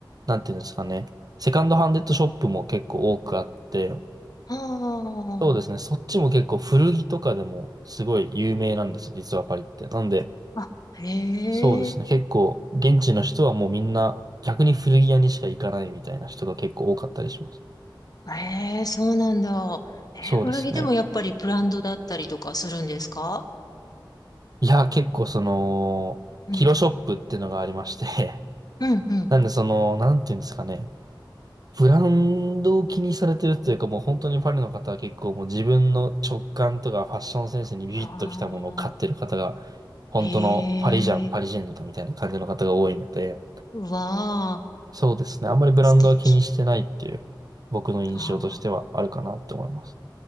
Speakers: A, on the right (about 50°); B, on the left (about 50°).
A: なんていうんですかね。セカンドハンデッドショップも結構多くあって、
B: あ
A: そうですね。そっちも結構古着とかでもすごい有名なんですよ。実はパリって。なんで、
B: あ、あ、へえ、
A: そうですね。結構現地の人はもうみんな逆に古着屋にしか行かないみたいな人が結構多かったりします。
B: へえ、そうなんだ。えー、
A: そうですね。
B: 古着でもやっぱりブランドだったりとかするんですか
A: いや、結構その、
B: うん、
A: キロショップってのがありまして
B: うん、
A: <laughs>
B: うん。
A: なんでその、なんていうんですかね。ブランドを気にされてるというか、もう本当にパリの方は結構もう自分の直感とかファッションセンスにビビッときたものを買ってる方が、
B: ああ、
A: 本当のパリジャン、
B: へえ、
A: パリジェンヌだみたいな感じの方が多いので、
B: うわあ。
A: そうですね。あんまりブランドは気にしてないっていう僕の印象としてはあるかなって思います。
B: 素敵。ああ。